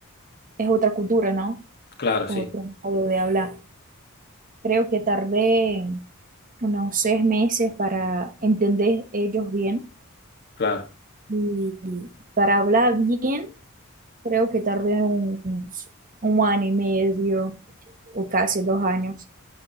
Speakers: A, on the right (about 40°); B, on the left (about 45°).
A: es otra cultura, ¿no?
B: Claro,
A: Otro
B: sí,
A: modo de hablar. Creo que tardé unos seis meses para entender ellos bien
B: claro,
A: y y para hablar bien, creo que tardé un, un año y medio o casi dos años,